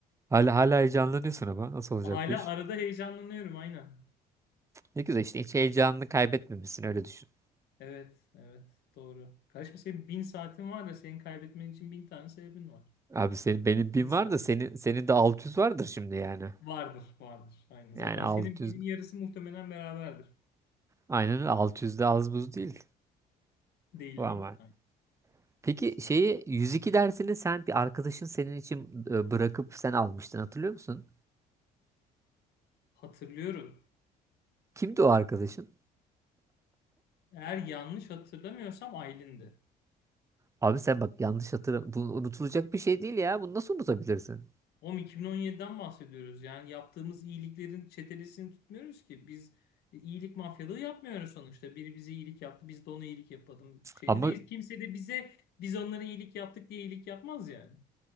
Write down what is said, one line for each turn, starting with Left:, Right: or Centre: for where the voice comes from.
Right: hala hala heyecanlanıyorsun ama nasıl olacak
Left: Hala
Right: bu iş?
Left: arada heyecanlanıyorum aynen.
Right: Ne güzel işte hiç heyecanını kaybetmemişsin öyle düşün.
Left: Evet, evet doğru. Kardeşim senin bin saatin var da senin kaybetmen için bin tane sebebin var.
Right: Abi senin benim bin
Left: Bin
Right: var
Left: saatin
Right: da senin
Left: var.
Right: senin de 600 vardır şimdi yani.
Left: Vardır, vardır. Aynen.
Right: Yani
Left: Zaten
Right: altı
Left: senin binin
Right: yüz
Left: yarısı muhtemelen beraberdir.
Right: Aynen öyle. 600 de az buz değil.
Left: Değil
Right: Bu
Left: değil.
Right: ama.
Left: Aynen,
Right: Peki
Left: kesinlikle.
Right: şeyi 102 dersini sen bir arkadaşın senin için e, bırakıp sen almıştın hatırlıyor musun?
Left: Hatırlıyorum.
Right: Kimdi o arkadaşın?
Left: Eğer yanlış hatırlamıyorsam Aylin'di.
Right: Abi sen bak yanlış hatırlam. Bu unutulacak bir şey değil ya. Bunu nasıl unutabilirsin?
Left: Oğlum 2017'den bahsediyoruz. Yani yaptığımız iyiliklerin çetelesini tutmuyoruz ki. Biz iyilik mafyalığı yapmıyoruz sonuçta. Biri bize iyilik yaptı, biz de ona iyilik yapalım şeyinde
Right: Ama
Left: değiliz. Kimse de bize biz onlara iyilik yaptık diye iyilik yapmaz yani.